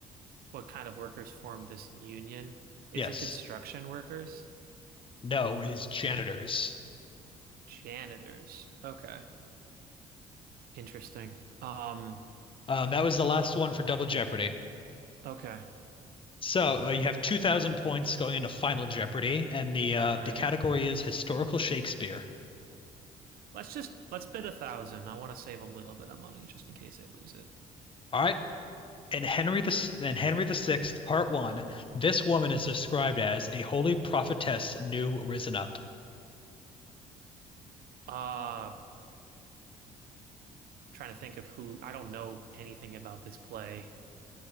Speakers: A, on the right; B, on the left.
A: what kind of workers formed this union? Is
B: Yes.
A: it construction workers?
B: No, it is janitors.
A: Janitors. Okay. Interesting. Um,
B: Um, that was the last one for Double Jeopardy.
A: okay.
B: So uh, you have 2,000 points going into Final Jeopardy, and the uh,
A: All
B: the
A: right.
B: category is historical Shakespeare.
A: Let's just let's bid a thousand. I want to save a little bit of money just in case I lose it.
B: All right. In Henry the S- in Henry the Sixth, Part One, this woman is described as a holy prophetess new risen up.
A: Uh, trying to think of who I don't know anything about this play.